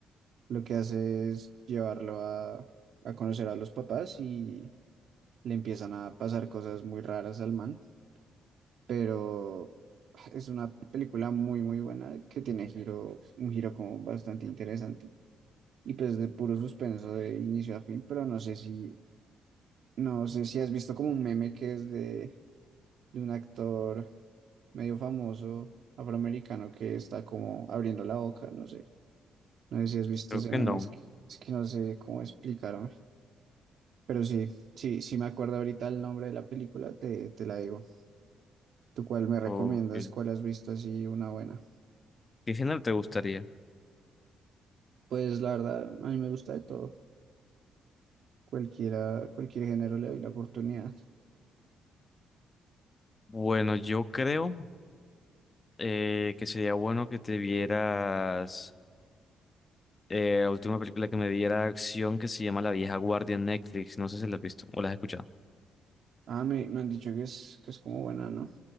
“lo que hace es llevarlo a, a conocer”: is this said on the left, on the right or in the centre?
Right